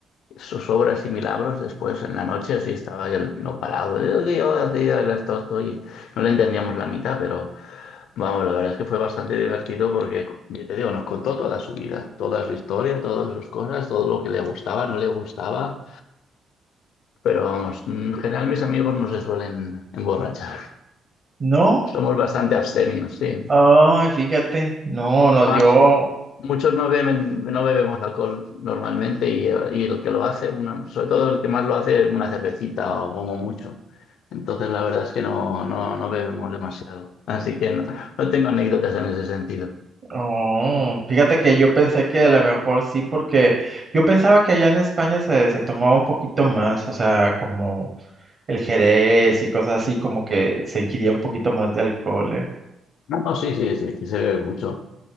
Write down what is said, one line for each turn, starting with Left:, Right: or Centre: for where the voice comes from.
Left: sus obras y milagros. Después en la noche sí estaba él no parado. Yo, yo hacía el esto, esto, y no le entendíamos la mitad, pero. Vamos, la verdad es que fue bastante divertido porque, ya te digo, nos contó toda su vida, toda su historia, todas sus cosas, todo lo que le gustaba, no le gustaba. Pero vamos, en general mis amigos no se suelen emborrachar.
Right: No,
Left: <laughs> Somos bastante abstemios, sí.
Right: ay, fíjate, no, no, yo,
Left: Más, muchos no beben, no bebemos alcohol normalmente y, eh, y el que lo hace, una, sobre todo el que más lo hace, una cervecita o como mucho. Entonces la verdad es que no, no, no bebemos demasiado. Así que no, no tengo anécdotas en ese sentido.
Right: oh, fíjate que yo pensé que a lo mejor sí, porque yo pensaba que allá en España se, se tomaba un poquito más, o sea, como el Jerez y cosas así, como que se ingiría un poquito más de alcohol, ¿eh?
Left: No, no, sí, sí, sí, aquí se bebe mucho.